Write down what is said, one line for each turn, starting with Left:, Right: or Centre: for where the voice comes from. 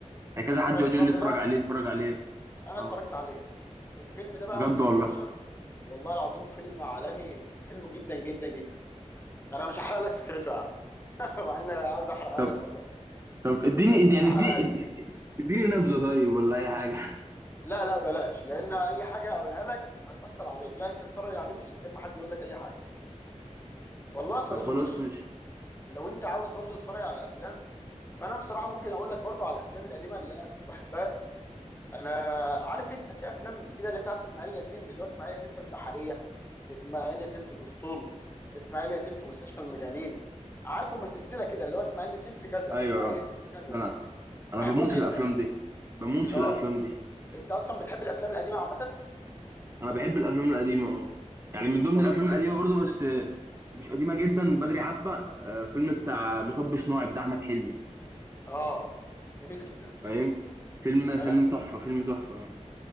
Right: يعني كذا حد
Left: فايت
Right: يقعد
Left: كلاب
Right: يقول لي اتفرج
Left: بقى
Right: عليه اتفرج عليه
Left: انا
Right: اه
Left: اتفرجت عليه الفيلم ده بقى
Right: بجد
Left: بص
Right: والله
Left: يا باشا والله العظيم فيلم عالمي حلو جدا جدا جدا انا مش هحرق لك فكرته يا عم <laughs> مع ان أنا عايز احرقها
Right: طب
Left: لك والله
Right: طب اديني
Left: بس مش
Right: يعني
Left: هحرقها
Right: اديني
Left: لك
Right: اديني اديني نبذه طيب ولا اي حاجه
Left: لا لا بلاش لان اي حاجه اقولها لك هتاثر عليك لا انت اتفرج عليه بص من غير ما حد يقول لك اي حاجه والله
Right: <laughs>
Left: يا صديقي
Right: طب خلاص
Left: بص
Right: ماشي
Left: لو انت عاوز برضو تتفرج على افلام فانا بصراحه ممكن اقول لك برضو على الافلام القديمه اللي انا كنت بحبها انا عارف انت في افلام كده اللي هي بتاعت اسماعيل ياسين اللي هو اسماعيل ياسين في البحريه اسماعيل ياسين في الاسطول اسماعيل ياسين في مستشفى المجانين عارف هم سلسله كده اللي هو اسماعيل ياسين في كذا
Right: ايوه
Left: اسماعيل ياسين في كذا
Right: لا لا انا
Left: بحبهم
Right: بموت
Left: جدا
Right: في الافلام دي بموت في
Left: اه
Right: الافلام دي
Left: انت اصلا بتحب الافلام القديمه عامه
Right: انا بحب الافلام القديمه اه يعني من ضمن
Left: طب
Right: الافلام القديمه برضو بس آه، مش قديمه جدا بدري حبه آه، فيلم بتاع مطب صناعي بتاع احمد حلمي
Left: اه جميل جدا
Right: فاهم فيلم
Left: انا
Right: فيلم تحفه فيلم تحفه آه.